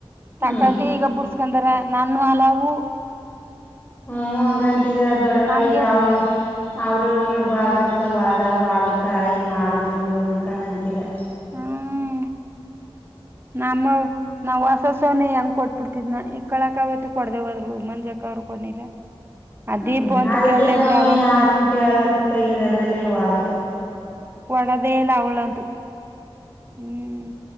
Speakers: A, on the left; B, on the right.
A: ಹ್ಮ್
B: ತಕಟಿ ಈಗ ಬಿಡ್ಸ್. ಯಕಂದ್ರ ನಾನು ಹಲವು.
A: ಹ್ಮ್ ಹಂಗಂತಿದ ದೊಡವ
B: ನಮ್ಗೆ
A: ಈಗ ಅವ್ರ. ಅವ್ರನ ಆಾಗರ್ಕ ವಾದ ವಾಲ್ಕ ಹಿಂಗ ಮಾಡಿದ್ರು ಇವ್ರು ಅನ್ಕೊಂಡ ಅಂತಿದ್ದ.
B: ಹೂಮ್. ನಮ್ಮವು ನಾವ್ ವಾಸಸವನೆ ಹೆಂಗ ಕೊಟ್ಬಿಡ್ತಿದ್ನ ಈ ಕಳಕ ಅವತ್ತು ಕೊಡ್ದವದ್ರು ಮಂಜಕ ಅವರು ಕೊಡ್ನಿಲ್ಲ. ಆ ದೀಪು
A: ಹ್ಮ್
B: ಅಂತ
A: ಅದಕ್ಕೆ
B: ಕೇಳಲೇ
A: ನಾವು
B: ಬಿಡ ಆಂತು.
A: ಯಾರನು ಕೇಳಲಕ್ಕ ಕೈ ಇರೋದ್ರಲ್ಲೇ ಆಗದು
B: ಕೊಡದೇಲ್ಲ ಅವಳಂತು. ಹ್ಮ್